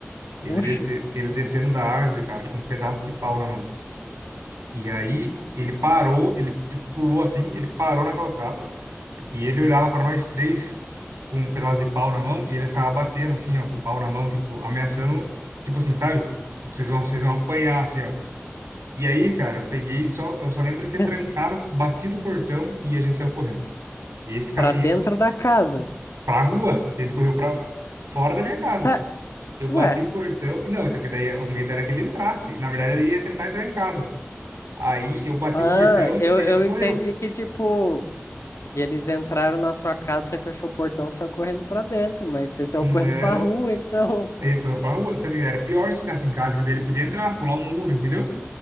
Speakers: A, on the right; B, on the left.
A: Ele
B: Oxi.
A: desce, ele descendo da árvore, cara, com um pedaço de pau na mão. E aí, ele parou, ele tipo, pulou assim, ele parou na calçada. E ele olhava pra nós três com um pedaço de pau na mão e ele ficava batendo assim, ó, com o pau na mão, tipo, ameaçando, tipo assim, sabe? Tipo, vocês vão, vocês vão apanhar, assim, ó. E aí, cara, eu peguei só, eu só lembro de ter
B: <laughs>
A: trancado, batido o portão e a gente saiu correndo. E esse cara,
B: Pra dentro
A: e
B: da casa.
A: pra rua, a gente correu pra fora da minha casa.
B: Pé,
A: Eu bati
B: ué.
A: o portão, e não, então que daí o medo era que ele entrasse. Na verdade, ele ia tentar entrar em casa. Aí eu bati
B: Ah,
A: o portão
B: eu,
A: e a
B: eu
A: gente correu.
B: entendi que, tipo, que eles entraram na sua casa, você fechou o portão, saiu correndo pra dentro, mas você saiu
A: Não.
B: correndo pra rua, então.
A: A gente correu pra rua, só que era pior se ficasse em casa, que daí ele podia entrar, pular o muro, entendeu?